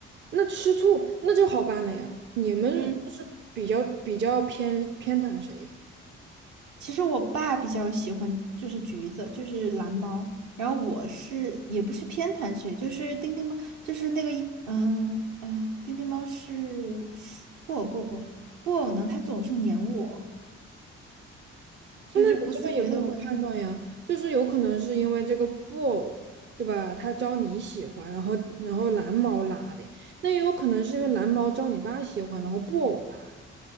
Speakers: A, on the right (about 30°); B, on the right (about 55°).
A: 那吃醋那就好办了呀。你们就是比较比较偏偏袒谁？
B: 嗯。其实我爸比较喜欢就是橘子，就是蓝猫，然后我是也不是偏袒谁，就是丁丁猫，就是那个一嗯哎，丁丁猫是布偶布偶布偶布偶呢，它总是粘我，所以就不自觉的会
A: 那你这个也不能判断呀，就是有可能是因为这个布偶，对吧？他招你喜欢，然后然后蓝猫拉的，那也有可能是因为蓝猫招你爸喜欢，然后布偶拉的。